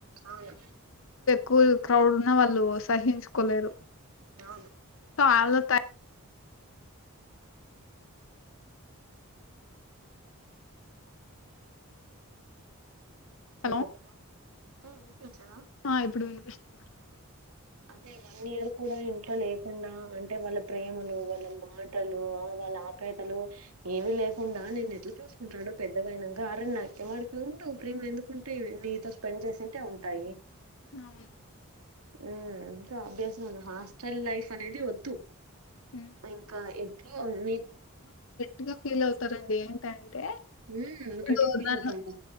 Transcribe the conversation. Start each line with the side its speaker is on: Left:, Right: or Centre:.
Right: అవును!
Left: కూల్ క్రౌడ్ ఉన్నా, వాళ్ళు సహించుకోలేరు.
Right: అవును.
Left: ఆలో త
Right: ఎ
Left: లో
Right: చెప్పు అ వినిపియట్లేదా.
Left: ఆ ఇప్పుడు వినిపిస్తుంది.
Right: అదే, వన్ ఇయర్ కూడా, ఇంట్లో లేకుండా, అంటే వాళ్ళ ప్రేమలు వాళ్ళ మాటలు. వాళ్ళ ఆపేతలు, ఏవి లేకుండా నేను ఎట్లా చూసుకుంటాడు. పెద్దగేనాక అర్ నా వాడికి. ప్రేమలు ఎందుకుంటాయి. నీతో స్పెండ్ చేసింటే ఉంటాయి.
Left: అవును!
Right: ఉమ్ ఎంత అభ్యాసం, హాస్టల్ లైఫ్ అనేది వద్దు.
Left: హ్మ్.
Right: ఇంకా ఎట్లు మీ
Left: ఇంగా ఫీల్ అవుతారండి. ఏంటంటే
Right: ఉమ్ గట్టిగా
Left: ఇప్పుడు
Right: ఫీల్
Left: నన్ను.
Right: అవుతాంగా